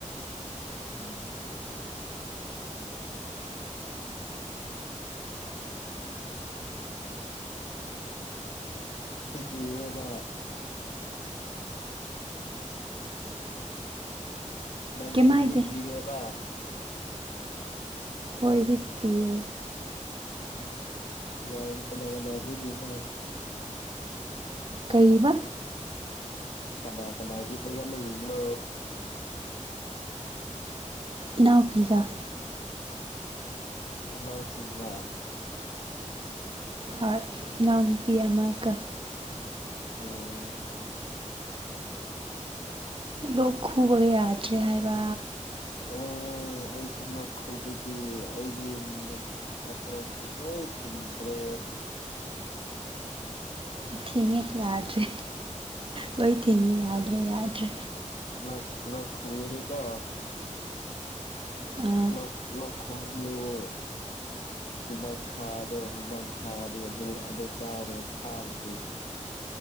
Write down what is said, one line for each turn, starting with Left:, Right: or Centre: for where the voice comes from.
Left: <inaudible> ꯍꯤꯞꯄꯤꯑꯕ ꯅꯪꯗꯤ
Right: ꯀꯩꯝ ꯍꯥꯏꯗꯦ
Left: ꯍꯤꯞꯄꯤꯌꯦꯕ
Right: ꯍꯣꯏ ꯍꯤꯞꯄꯤꯌꯦ
Left: ꯎꯝ ꯀꯗꯥꯢꯗ ꯀꯅꯥ ꯀꯅꯥ ꯍꯤꯞꯂꯤꯅꯣ
Right: ꯀꯔꯤꯕꯥ
Left: ꯀꯅꯥ ꯀꯅꯥ ꯍꯤꯞꯄꯒ ꯂꯩꯔꯤꯅꯣ
Right: ꯏꯅꯥꯎꯄꯤꯒ
Left: ꯢꯅꯥꯎꯁꯤꯡꯒ
Right: ꯍꯣꯏ ꯏꯅꯥꯎ ꯅꯨꯄꯤ ꯑꯃꯒ
Left: ꯑꯣ
Right: ꯂꯣꯛ ꯈꯨꯕꯒꯤ ꯌꯥꯗ꯭ꯔꯦ ꯍꯥꯏꯕ
Left: ꯑ ꯍꯣꯏꯣꯏ ꯑꯩꯁꯨ ꯂꯣꯛ ꯈꯨꯒꯤ ꯑꯩꯒꯤ ꯅꯇꯣ ꯖꯂ ꯊꯤꯟ꯭ꯔꯦ
Right: ꯊꯦꯡꯉꯦ ꯌꯥꯗ꯭ꯔꯦ ꯂꯣꯏ ꯊꯦꯡꯉꯦ ꯌꯥꯗ꯭ꯔꯦ ꯌꯥꯗ꯭ꯔꯦ
Left: <unintelligible>
Right: ꯑꯥ
Left: ꯂ ꯂ ꯈꯣꯗꯨ <unintelligible> <unintelligible> ꯍꯨꯃꯪꯈꯥꯗꯣ ꯍꯨꯃꯪꯈꯥꯗ ꯑꯗꯨ ꯑꯗꯨ ꯆꯥꯔ ꯐꯥꯕꯒꯤ